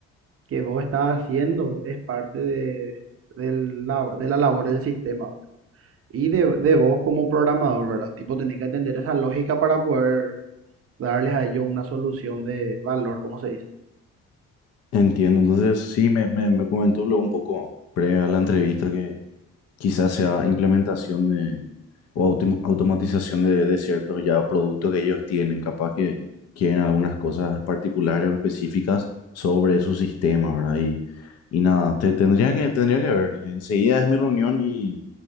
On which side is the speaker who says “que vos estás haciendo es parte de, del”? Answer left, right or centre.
Right